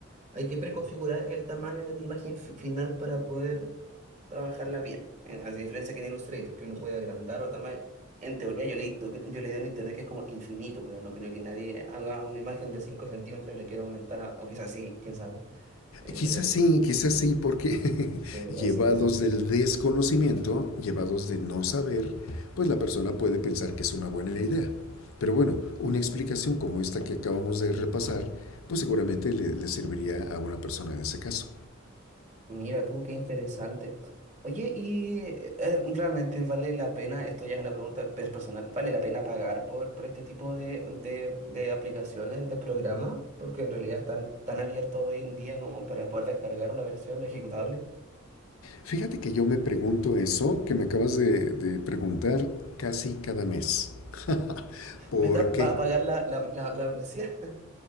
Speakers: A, on the right; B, on the left.
A: Hay que preconfigurar el tamaño de la imagen fi- final para poder trabajarla bien. Eh, A diferencia que en Illustrator, que uno puede agrandar o tamaño. En teoría, yo leí, to- yo leí en internet que es como infinito, pero no creo que nadie haga una imagen de 5 centímetros y le quiera aumentar a. O quizás sí, quién sabe. Hay
B: Quizás
A: que le
B: sí, quizás sí, porque
A: tiene
B: <laughs>
A: que
B: llevados
A: así, quizás sí.
B: del desconocimiento, llevados de no saber, pues la persona puede pensar que es una buena idea. Pero bueno, una explicación como esta que acabamos de repasar, pues seguramente le, le serviría a una persona en ese caso.
A: Mira tú, qué interesante. Oye, y eh, eh, realmente vale la pena, esto ya es una pregunta per- personal, ¿vale la pena pagar por, por este tipo de, de, de aplicaciones, de programas? Porque en realidad están tan abiertos hoy en día como para poder descargar una versión ejecutable.
B: Fíjate que yo me pregunto eso que me acabas de, de preguntar casi cada mes. <laughs> ¿Por
A: ¿Meta va
B: qué?
A: a pagar la, la, la, la membresía? <laughs>